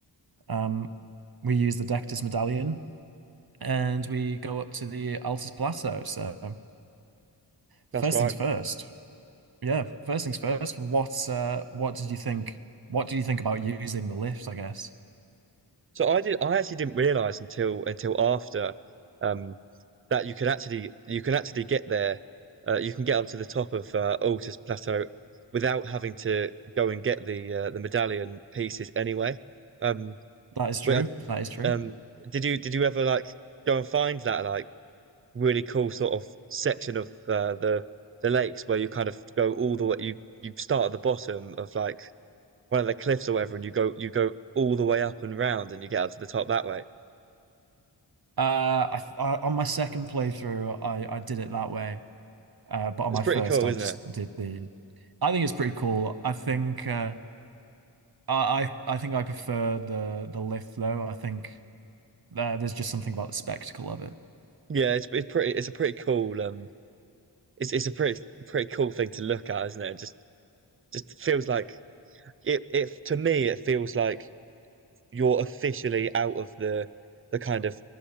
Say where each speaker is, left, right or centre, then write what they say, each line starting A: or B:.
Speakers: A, on the right; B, on the right.
A: Um, we use the Dectus medallion and we go up to the Altus Plateau. So first
B: That's right.
A: things first. Yeah, first things first. What uh, what did you think? What do you think about using the lift? I guess
B: So I did. I actually didn't realize until until after um, that you could actually you can actually get there. Uh, you can get onto the top of uh, Altus Plateau without having to go and get the uh, the medallion pieces anyway. Um,
A: that is true.
B: but
A: That is true.
B: um, did you did you ever like go and find that like really cool sort of section of uh, the the lakes where you kind of go all the way you you start at the bottom of like one of the cliffs or whatever, and you go you go all the way up and round, and you get out to the top that way.
A: Uh, I, I on my second playthrough, I I did it that way. Uh, but on
B: It's
A: my
B: pretty
A: first,
B: cool,
A: I
B: isn't
A: just
B: it?
A: did the. I think it's pretty cool. I think uh, I I I think I prefer the the lift though. I think There, there's just something about the spectacle of it.
B: Yeah, it's it's pretty it's a pretty cool um it's it's a pretty pretty cool thing to look at, isn't it? It Just just feels like it it to me it feels like you're officially out of the the kind of